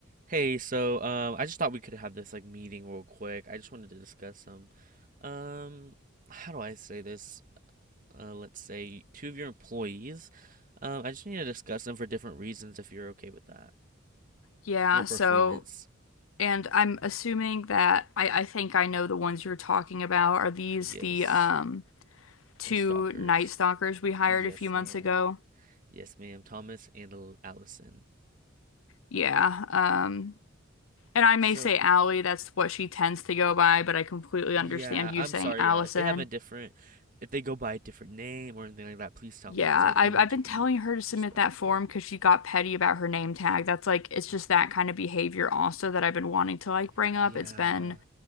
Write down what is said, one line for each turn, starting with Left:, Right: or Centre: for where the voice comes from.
Right: Hey, so um, I just thought we could have this like meeting real quick. I just wanted to discuss some, um, how do I say this? Uh, let's say two of your employees. Um, I just need to discuss them for different reasons if you're okay with that.
Left: Yeah,
Right: Their performance.
Left: so and I'm assuming that I, I think I know the ones you're talking about. Are these
Right: Yes.
Left: the um two
Right: The stalkers.
Left: Night Stalkers we hired
Right: Yes,
Left: a few months
Right: ma'am.
Left: ago?
Right: Yes, ma'am. Thomas and Al- Allison.
Left: Yeah. Um and I may
Right: So,
Left: say Allie, that's what she tends to go by, but I completely
Right: yeah,
Left: understand you
Right: I'm
Left: saying
Right: sorry.
Left: Allison.
Right: Yeah, if they have a different, if they go by a different name or anything like that, please tell
Left: Yeah,
Right: me because I do
Left: I've
Right: want
Left: I've
Right: to
Left: been
Right: be
Left: telling her to submit
Right: respectful.
Left: that form because she got petty about her name tag. That's like it's just that kind of behavior also that I've been wanting to like bring
Right: Yeah.
Left: up. It's been